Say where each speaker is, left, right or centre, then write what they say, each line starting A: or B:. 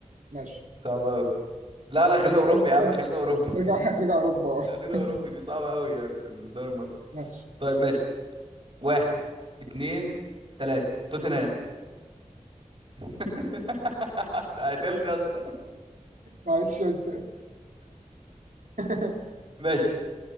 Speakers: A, on the right (about 80°); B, on the right (about 45°).
A: ماشي
B: صعب أوي لا لا خلينا
A: طب
B: اوروبي
A: ارجع
B: يا عم خلينا اوروبي
A: ارجع ارجع اوروبا
B: <laughs> خلينا
A: <laughs>
B: اوروبي دي صعبه قوي يعني في الدوري المصري
A: ماشي
B: طيب ماشي واحد اتنين تلاتة توتنهام <laughs> قتلت يا اسطى
A: معلش أنت. <laughs>
B: ماشي